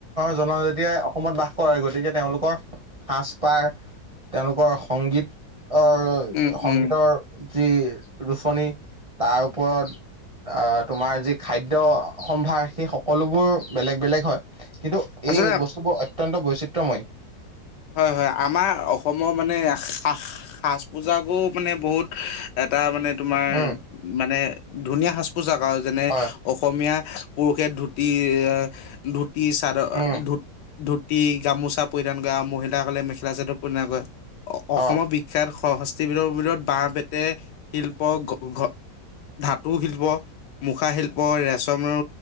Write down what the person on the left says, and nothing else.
উম
উম
আচলতে
হয়-হয়। আমাৰ অসমৰ মানে সা- সাজ-পোজাকো মানে বহুত এটা মানে- তোমাৰ
মানে ধুনীয়া সাজ-পোচাক আৰু। যেনে-
অসমীয়া পুৰুষে ধুতি আঁহ ধুতি, চাদৰ-
ধুতি, গামোচা পৰিধান কৰে আৰু মহিলাসকলে মেখেলা-চাদৰ পৰিধান কৰে। অসমৰ
বি- খ্যাত সশস্তিবিধৰ ভিতৰত বাঁহ-বেতে শিল্প ঘ- ধাতু শিল্প- মুখাশিল্প, ৰেচম